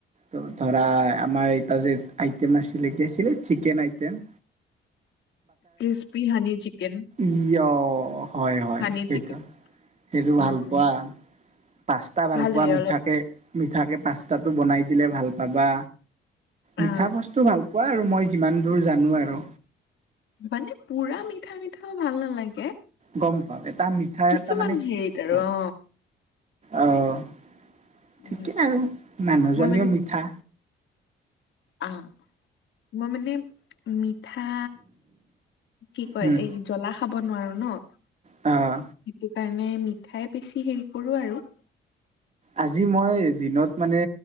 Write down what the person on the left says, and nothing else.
Crispy honey chicken.
হানি
চিকেন উম
লাগে
অলপ
অ
মানে পুৰা মিঠা-মিঠাও ভাল নালাগে।
কিছুমান
হেৰিত আৰু
অ
উম
মই
অ, মই মানে মিঠা, কি কয়
এই জ্বলা খাব নোৱাৰো ন'।
সেইটো কাৰণে মিঠাই বেছি হেৰি কৰোঁ আৰু।